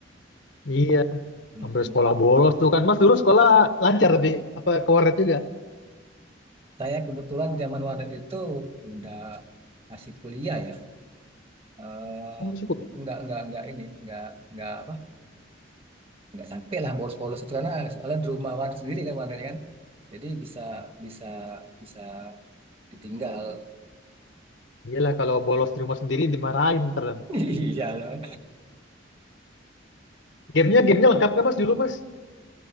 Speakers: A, on the left (about 70°); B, on the right (about 30°).
A: Iya,
B: Mm-mm.
A: sampai sekolah bolos tuh kan. Mas dulu sekolah lancar tapi apa ke warnet juga?
B: saya kebetulan zaman Walet itu udah masih kuliah ya Eh
A: Oh, syukur.
B: enggak enggak enggak ini enggak enggak apa enggak sampai lah bolos-bolos itu karena soalnya di rumah Walet sendiri kan Walet kan jadi bisa bisa bisa ditinggal
A: Iyalah kalau bolos di rumah sendiri dimarahin ntar.
B: <laughs> iya loh.
A: Gamenya gamenya lengkap nggak mas dulu mas?